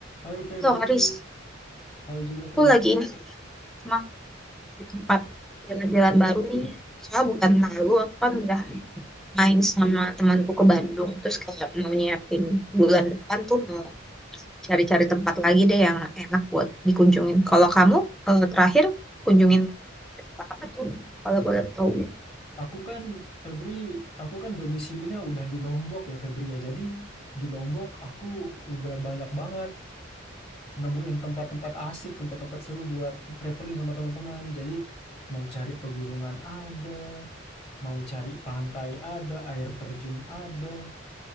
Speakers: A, on the left (about 30°); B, in the centre.
A: Hai Febri,
B: Loh Haris,
A: hai juga
B: aku
A: Febri.
B: lagi ini emang di tempat jalan-jalan baru nih. Soalnya bukan lalu aku kan udah main sama temanku ke Bandung. Terus kayak mau nyiapin bulan depan tuh mau cari-cari tempat lagi deh yang enak buat dikunjungin. Kalau kamu eh, terakhir kunjungin tempat apa tuh? Kalau boleh tahu.
A: Aku kan Febri, aku kan domisilinya udah di Lombok ya Febri ya. Jadi di Lombok aku udah banyak banget nemuin tempat-tempat asik, tempat-tempat seru buat traveling sama teman-teman. Jadi mau cari pegunungan ada, mau cari pantai ada, air terjun ada,